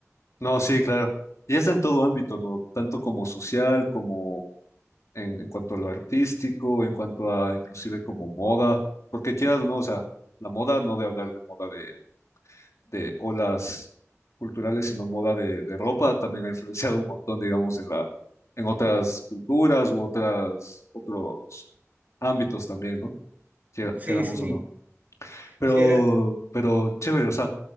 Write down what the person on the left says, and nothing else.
No, sí, claro. Y es en todo ámbito, ¿no? Tanto como social, como en, en cuanto a lo artístico, en cuanto a inclusive como moda, porque quieras o no, o sea, la moda no de hablar de moda de, de olas culturales, sino moda de, de ropa, también ha influenciado un montón, digamos, en la, en otras culturas u otras, otros ámbitos también, ¿no? Quiera-
Queramos
o no. Pero,
pero chévere, o sea,